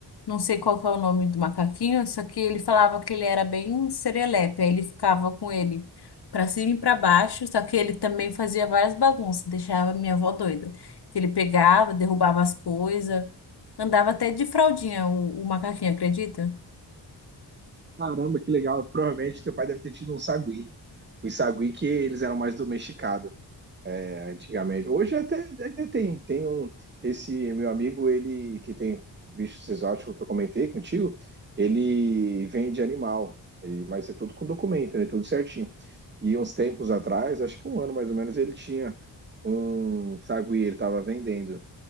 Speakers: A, on the left (about 60°); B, on the right (about 25°).
A: Não sei qual que é o nome do macaquinho, só que ele falava que ele era bem serelepe, aí ele ficava com ele para cima e para baixo, só que ele também fazia várias bagunças, deixava a minha avó doida. Que ele pegava, derrubava as coisas, andava até de fraldinha o, o macaquinho, acredita?
B: Caramba, que legal. Provavelmente teu pai deve ter tido um sagui. Os sagui que eles eram mais domesticados, né, antigamente. Hoje até ainda tem, tem um esse meu amigo, ele que tem bichos exóticos que eu comentei contigo, ele vende animal, ele- mas é tudo com documento, né, tudo certinho. E uns tempos atrás, acho que um ano mais ou menos, ele tinha um sagui, ele estava vendendo.